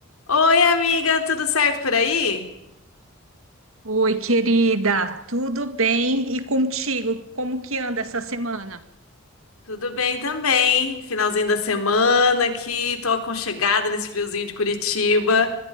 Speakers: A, on the left; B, on the right.
A: Oi, amiga, tudo certo por aí?
B: Oi, querida, tudo bem? E contigo? Como que anda essa semana?
A: Tudo bem também. Finalzinho da semana aqui, tô aconchegada nesse friozinho de Curitiba.